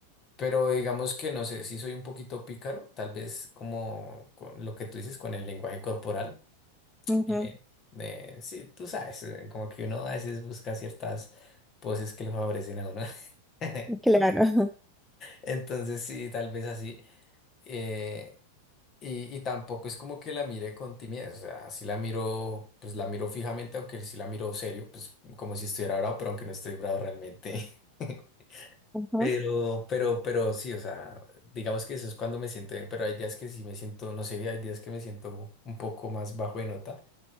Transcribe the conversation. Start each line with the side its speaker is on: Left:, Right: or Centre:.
Left: Pero digamos que no sé, si soy un poquito pícaro, tal vez como con lo que tú dices con el lenguaje corporal.
Centre: ujú,
Left: eh, de- sí, tú sabes, eh, como que uno a veces busca ciertas poses que lo favorecen a uno. <laughs>
Centre: Claro, <laughs>
Left: Entonces sí, tal vez así. eh, y, y tampoco es como que la mire con timidez, o sea, si la miro, pues la miro fijamente, aunque si la miro serio, pues como si estuviera bravo, pero aunque no estoy bravo realmente. <laughs>
Centre: ujú,
Left: Pero, pero, pero sí, o sea, digamos que eso es cuando me siento bien, pero hay días que sí me siento, no sé, hay días que me siento un poco más bajo de nota